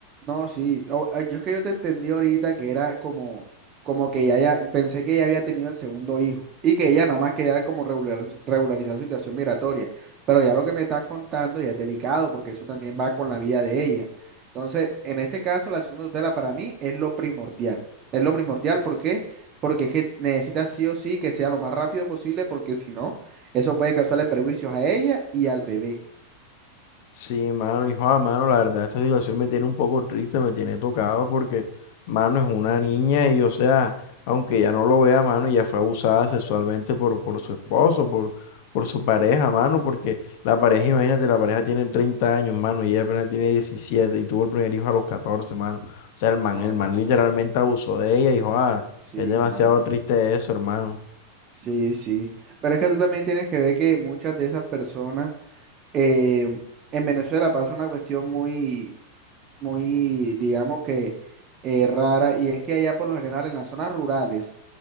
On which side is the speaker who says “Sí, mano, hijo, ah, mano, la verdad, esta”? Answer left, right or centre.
Left